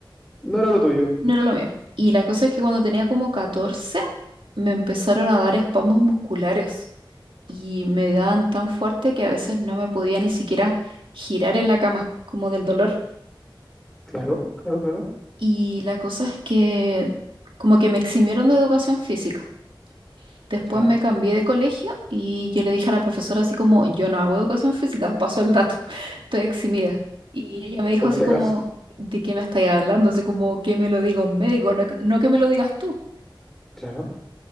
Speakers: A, in the centre; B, on the right.
A: No era lo tuyo.
B: No era lo mío. Y la cosa es que cuando tenía como 14 me empezaron a dar espasmos musculares y me daban tan fuerte que a veces no me podía ni siquiera girar en la cama, como del dolor.
A: Claro, claro, claro.
B: Y la cosa es que como que me eximieron de educación física. Después
A: Ya.
B: me cambié de colegio y yo le dije a la profesora así como, yo no hago educación física, <laughs> paso el dato, <laughs> estoy eximida. Y ella me dijo
A: Por
B: así
A: si
B: como,
A: acaso.
B: ¿de qué me estáis hablando? Así como, que me lo diga un médico? No, que no que me lo digas tú.
A: Claro.